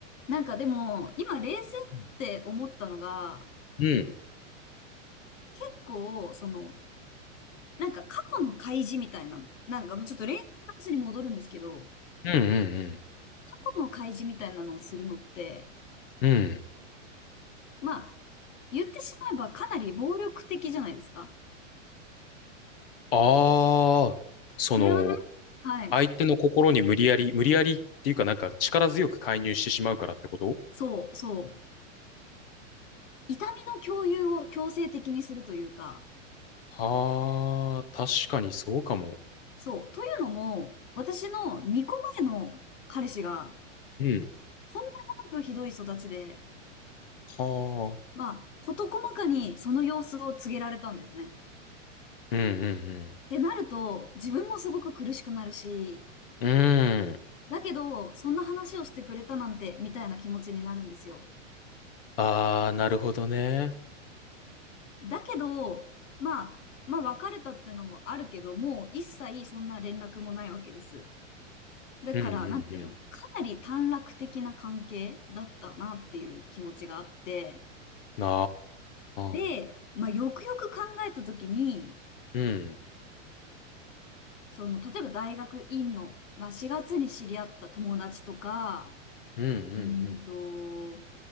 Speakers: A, on the left; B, on the left.
A: なんかでも、今冷静っ
B: うん。
A: て思ったのが、
B: うん、
A: 結構、その、なんか過去の開示みたいな、なんかもうちょっと冷静の話に戻るんですけど、
B: うん、う
A: 過去の開示みたいなのをするのって、
B: ん。うん。
A: まあ、言ってしまえばかなり暴力的じゃないですか。
B: ああ、その、
A: それはね、はい。
B: 相手の心に無理やり、無理やりっていうかなんか力強く介入してしまうからってこと
A: そう、そう。痛みの共有を強制的にするというか、
B: はあ、確かにそうかも。
A: そう。というのも、私の2個前の彼氏が、
B: うん。
A: とんでもなくひどい育ちで、
B: はあ。
A: まあ、事細かにその様子を告げられたんですね。っ
B: うんうん
A: てなると、自分もすごく苦しくなるし、
B: うん。うん。
A: だけど、そんな話をしてくれたなんて、みたいな気持ちになるんですよ。
B: ああ、なるほどね。
A: だけど、まあ、まあ、別れたってのもあるけど、もう一切そんな連絡もないわけです。だから、
B: うんう
A: なんていうの、
B: ん
A: かなり短絡的な関係だったなっていう気持ちがあって、
B: うん。
A: で、
B: ああ。
A: まあ、よくよく考えたときに、
B: うん。
A: その、例えば大学院の、まあ、4月に知り合った友達とか、
B: うんう
A: うーんと、
B: ん